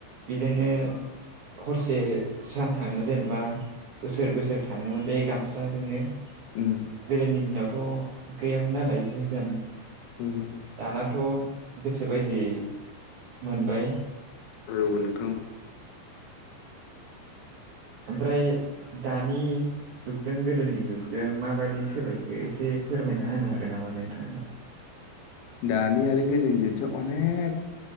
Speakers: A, on the right (about 55°); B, on the left (about 85°).
A: बेजोंनो हरसे सान थाङो जेनेबा बोसोर बोसोर थाङोमोन बे गामसाजोंनो <inaudible>
B: उम
A: गोदोनि दिनावथ' गैयामोन नालाय जि जोम
B: उम
A: दानाथ' गोसो बायदि मोनबाय
B: औ नोंथां
A: ओमफ्राय दानि जुगजों गोदोनि जुगजों माबायदि सोलायखो एसे फोरमायना होनो हागोन नामा नोंथां?
B: दानि आरो गदोनिजोंथ' अनेक